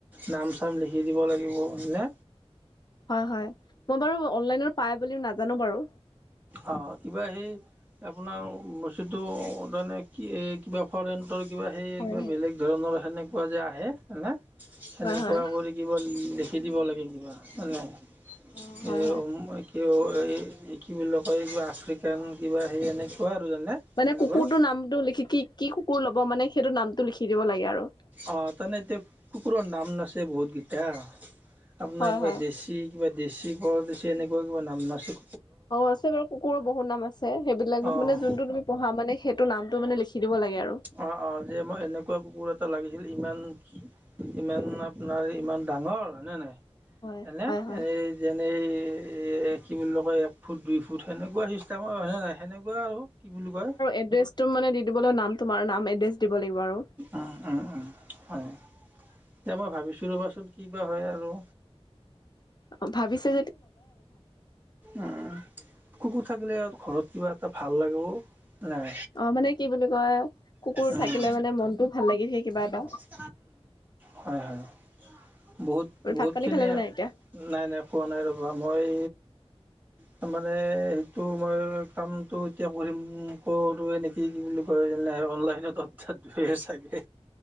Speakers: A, on the right (about 15°); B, on the left (about 40°).
A: নাম, চাম লিখি দিব লাগিব হয় না।
B: হয়, হয়, মই বাৰু অনলাইনত পাই বুলি নাজানো বাৰু।
A: অ, কিবা সেই আপোনাৰ বস্তোটো মানে কি এই কিবা ফৰেন ৰ, কিবা সেই
B: হয়
A: কিবা
B: হয়
A: বেলেগ ধৰণৰ সেনেকুৱা যে আহে সেনেকুৱা
B: হয় হয়
A: কৰি লিকিব, লিখি
B: অ হয় হয়
A: দিব। কি এই কি বুলিয় কয় এই কিবা আফ্ৰিকান কিবা সেই এনেকুৱা আৰু জানে। কি
B: মানে
A: বুলি
B: কুকুৰটোৰ
A: কয়
B: নামটো লিখি কি, কি, কুকুৰ ল'ব মানে সেইটো
A: অ, তাৰমানে এতিয়া কুকুৰৰ নাম নাচে বহুত।
B: হয়
A: কিবা
B: হয়
A: দেশী, পৰদেশী এনেকুৱা কিবা নাম নাচো।
B: অ, আছে বাৰু কুকুৰো বহুত নাম আছে। সেইবিলাক
A: অ'
B: মানে যোনটো তুমি পঢ়া মানে সেইটো নামটো মানে লিখি দিব লাগে আৰু।
A: অ', অ', যে মই এনেকুৱা কুকুৰত লাগিছিল ইমান ইমান আপোনাৰ ইমান ডাঙৰ হয়নে নাই।
B: হয়
A: হয়নে
B: হয় হয়
A: এ যেনেই কি বুলি কয় এক ফুট, দুই ফুট সেনেকুৱা চিষ্টেম আৰু হয়নে নাই সেনেকুৱা আৰু। কি বুলি কয়?
B: এড্ৰেছ তটো মানে দি দিবলৈ নাম তোমাৰ নাম এড্ৰেছ দিব লাগিব আৰু।
A: উ, উম, উম, হয়। এতিয়া মই ভাত
B: অ, ভাবিছে।
A: উম, কুকুৰ থাকিলে ঘৰত কিবা এটা ভাল লাগে অ'
B: অ, মানে কি বুলি কয় কুকুৰ
A: উম
B: থাকিলে মানে মনটো ভাল লাগি থাকে কি'বা এটা।
A: উ, হয়, হয়, বহুত, বহুতখিনি
B: ভাত পানী খালে নে নাই এতিয়া
A: নাই, নাই পোৱা, নাই ৰ'বা মই ত' মানে সেইটো মই কামতটো এতিয়া কৰিম কৰো এনে। কি, কি, বুলি কয় অনলাইনত অ, দয় চাগে।